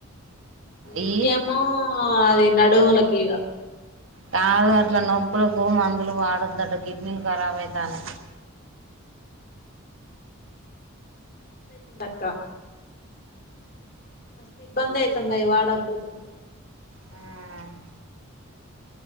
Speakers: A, on the left; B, on the right.
A: వెయ్యమా
B: ఇయ్యి
A: అది నడువుల కీగా
B: కాదు అట్ల నొప్పులకు మందులు వాడొద్దట కిడ్నీలు ఖరాబ అయితాను
A: తుందక్క మ ఇబ్బంది అవుతుంద వాడకపోతే మరి
B: ఉమ్